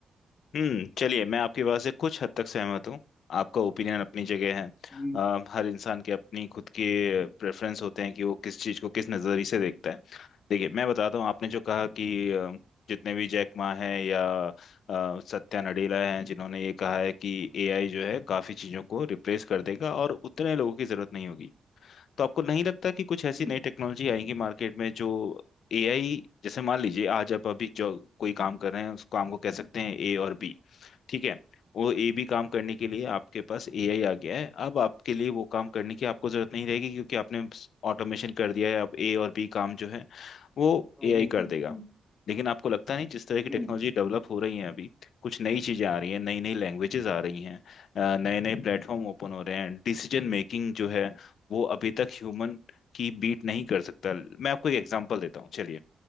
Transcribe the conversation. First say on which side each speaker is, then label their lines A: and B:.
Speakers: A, on the left (about 75°); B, on the left (about 15°).
A: हम्म चलिए मैं आपकी बात से कुछ हद तक सहमत हूँ आपका ओपिनियन अपनी जगह है
B: हम्म
A: अ, हर इंसान के अपनी खुद के प्रेफरेंस होते हैं कि वो किस चीज़ को किस नज़रिए से देखता है देखिए मैं बताता हूँ आपने जो कहा कि अ, जितने भी जैक मा हैं या अ, सत्या नडेला हैं जिन्होंने ये कहा है कि एआई जो है काफ़ी चीज़ों को रिप्लेस कर देगा और उतने लोगों की ज़रूरत नहीं होगी तो आपको नहीं लगता कि कुछ ऐसी
B: हम्म
A: नई टेक्नोलॉजी आएंगी मार्केट में जो एआई जैसे मान लीजिए आज आप अभी जो कोई काम कर रहे हैं उस काम को कह सकते हैं ए और बी ठीक है वो ए बी काम करने के लिए आपके पास एआई आ गया है अब आपके लिए वो काम करने की आपको जरूरत नहीं रहेगी क्योंकि आपने ऑटोमेशन कर दिया है अब ए और बी काम जो है वो
B: हम्म
A: एआई
B: हम्म
A: कर देगा
B: हम्म
A: लेकिन आपको लगता नहीं जिस तरह की टेक्नोलॉजी
B: हम्म,
A: डेवलप हो रही है अभी कुछ नई चीजें आ रही हैं नई नई लैंग्वेजेस आ रही हैं नए नए प्लेटफॉर्म ओपन हो रहे हैं डिसीजन मेकिंग जो है वो अभी तक ह्यूमन की बीट नहीं कर सकता मैं आपको एक एग्जांपल देता हूँ चलिए